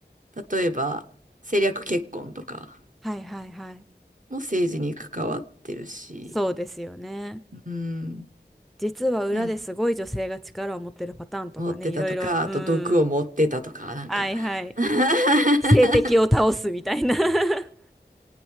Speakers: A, on the right (about 45°); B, in the centre.
A: 例えば政略結婚とか
B: はいはいはい。
A: も政治に関わってるし、
B: そうですよね。
A: うん、
B: 実は裏ですごい女性が力を持ってるパターンとかね、
A: なんか持ってたとか、
B: いろいろ、
A: あと毒を持ってたとか、
B: うん。
A: なんか
B: はいはい。
A: <laughs>
B: 性的を倒すみたいな <laughs> 確か